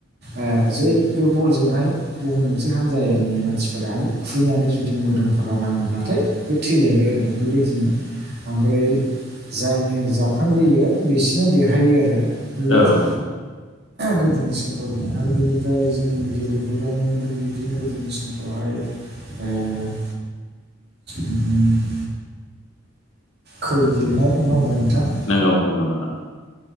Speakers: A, on the right; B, on the left.
A: ओ-जै बे बलजोंहाय गुबुन मोनसे हान्जानि मानसिफोराहाय खुबैनानै जुदि मोदोमफोराव नाङोब्लाथाय बे थैलायबाय आरोना बेबायदिनो। ओमफ्राय जायनो जाबखांग्रोयो बिसोरनो देरहायो आरोना। बेबायदि
B: औ औ
A: गोदोनि समफोरनि आर बेनिफ्राय जों गेले गोबानो मोनदों बिदिनो गोदोनि समफ्रावहाय ओ- उम। खै गेलेनाय नङा होमबा नोंथां?
B: नंगौ नंगौ नोंथां।